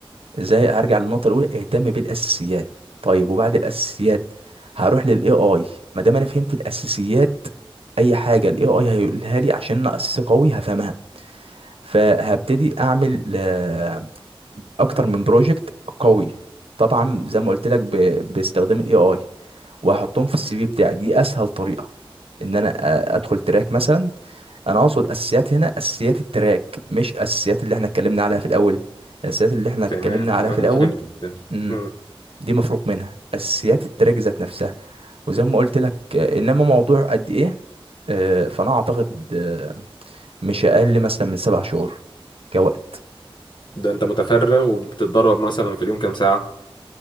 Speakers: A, on the right; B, on the left.
A: ازاي هرجع للنقطه الاولى اهتم بالاساسيات طيب وبعد الاساسيات هروح للاي اي ما دام انا فهمت الاساسيات اي حاجه الاي اي هيقولها لي عشان انا اساس قوي هفهمها فهبتدي اعمل آه، اكتر من بروجكت قوي طبعا زي ما قلت لك ب... باستخدام الاي اي وهحطهم في السي في بتاعي دي اسهل طريقه ان انا أ- ادخل تراك مثلا انا اقصد اساسيات هنا اساسيات التراك مش اساسيات اللي احنا اتكلمنا عليها في الاول الاساسيات اللي احنا اتكلمنا
B: تمام تمام
A: عليها في الاول
B: أنا فهمت فهمت
A: امم
B: مم.
A: دي مفروغ منها اساسيات التراك ذات نفسها وزي ما قلت لك آه، انما موضوع قد ايه آه، فانا اعتقد آه، مش اقل مثلا من سبع شهور كوقت
B: ده انت متفرغ وبتتدرب مثلا في اليوم كام ساعة؟